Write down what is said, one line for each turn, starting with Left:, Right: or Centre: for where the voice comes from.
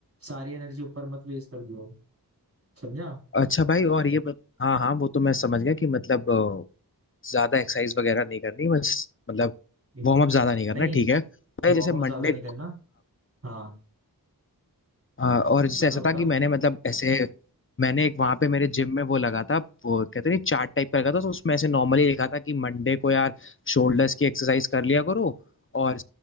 Right: सारी एनर्जी ऊपर मत वेस्ट कर दियो समझा
Left: अच्छा भाई और ये बत- हाँ हाँ वो तो मैं समझ गया कि मतलब अ, ज्यादा एक्सरसाइज वगैरह नहीं करनी बस मतलब
Right: हम्म।
Left: वार्म अप ज्यादा नहीं करना
Right: नहीं
Left: ठीक है भाई
Right: वार्म
Left: जैसे मंडे
Right: अप ज्यादा नहीं करना हाँ
Left: अ, और जैसे
Right: बता
Left: ऐसा
Right: बता
Left: था कि मैंने मतलब ऐसे मैंने एक वहां पे मेरे जिम में वो लगा था वो कहते नहीं चार्ट टाइप का लगा था तो उसमें ऐसे नॉर्मली लिखा था कि मंडे को यार शोल्डर्स की एक्सरसाइज कर लिया करो और